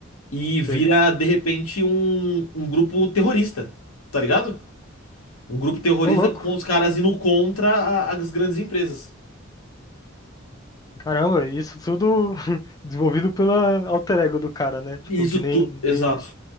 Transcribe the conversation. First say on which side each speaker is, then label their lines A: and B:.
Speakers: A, on the left; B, on the left.
A: e vira,
B: sei.
A: de repente, um, um grupo terrorista, tá ligado? Um grupo terrorista
B: Ô, louco.
A: com os caras indo contra a- as grandes empresas.
B: Caramba, isso tudo <laughs> desenvolvido pela alter ego do cara, né? Tipo,
A: E isso
B: que nem,
A: tu. Exato.
B: nem existe.